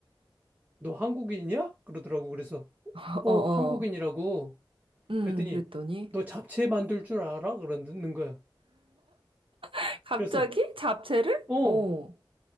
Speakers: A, on the right; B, on the right.
A: 너 한국인이야? 그러더라고. 그래서,
B: <laughs>
A: 어,
B: 어, 어.
A: 한국인이라고.
B: 음,
A: 그랬더니,
B: 그랬더니.
A: 너 잡채 만들 줄 알아? 그러는 거야.
B: <laughs> 갑자기?
A: 그래서,
B: 잡채를?
A: 어,
B: 어,